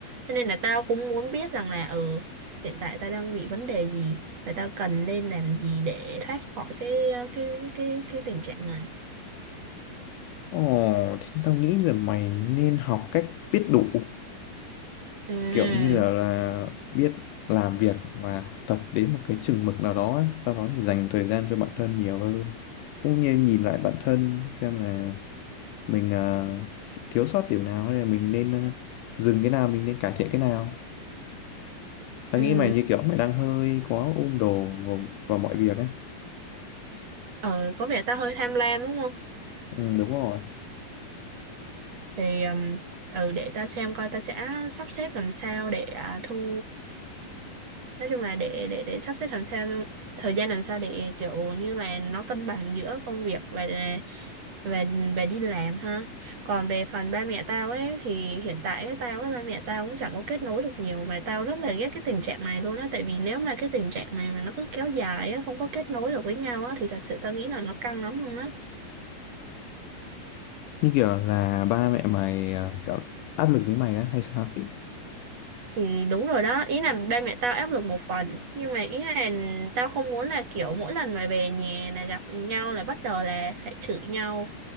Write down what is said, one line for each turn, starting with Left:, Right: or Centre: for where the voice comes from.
Right: cho nên là tao cũng muốn biết rằng là ừ hiện tại tao đang bị vấn đề gì và tao cần nên làm gì để thoát khỏi cái ờ, cái cái cái tình trạng này
Left: Ồ, thì tao nghĩ là mày nên học cách biết đủ
Right: ừ
Left: kiểu như là, là biết làm việc và học tập đến một cái chừng mực nào đó ấy. Sau đó thì dành thời gian cho bản thân nhiều hơn cũng như nhìn lại bản thân xem là mình à, thiếu sót điểm nào hay là mình nên à, dừng cái nào mình nên cải thiện cái nào tao
Right: ừ
Left: nghĩ mày như kiểu mày đang hơi quá ôm đồm vào, vào mọi việc ấy
Right: ờ có vẻ tao hơi tham lam đúng không
Left: ừ, đúng rồi
Right: thì ừm, ừ để tao xem coi tao sẽ sắp xếp làm sao để à, thu nói chung là để để để sắp xếp làm sao thời gian làm sao để kiểu như là nó cân bằng giữa công việc và và và đi làm ha còn về phần ba mẹ tao ấy thì hiện tại ấy, tao với ba mẹ tao cũng chẳng có kết nối được nhiều mà tao rất là ghét cái tình trạng này luôn á tại vì nếu mà cái tình trạng này mà nó cứ kéo dài á không có kết nối được với nhau á thì thật sự tao nghĩ là nó căng lắm luôn á
Left: như kiểu là ba mẹ mày à, cảm- áp lực với mày á hay sao
Right: thì đúng rồi đó ý là ba mẹ tao áp lực một phần nhưng mà ý là tao không muốn là kiểu mỗi lần mà về nhà là gặp nhau là bắt đầu là phải chửi nhau